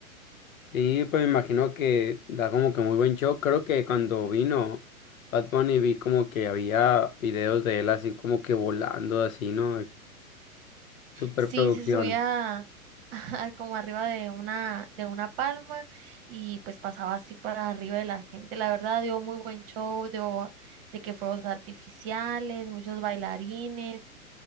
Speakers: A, on the left; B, on the right.
A: Sí, pues me imagino que da como que muy buen show. Creo que cuando vino Bad Bunny vi como que había videos de él así como que volando así, ¿no? Superproducción.
B: Sí, se subía <laughs> como arriba de una, de una palma y pues pasaba así por arriba de la gente. La verdad dio muy buen show, dio de que fuegos artificiales, muchos bailarines,